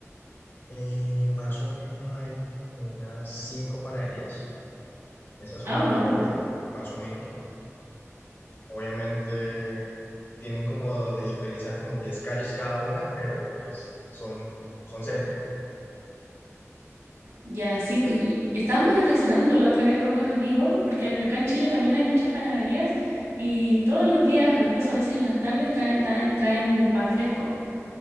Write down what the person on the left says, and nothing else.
eh, más o menos hay como unas cinco panaderías en esa zona
donde vivo yo, más o menos. Obviamente tienen como de diferencia como 10 calles cada una, pero pues son, son cerca.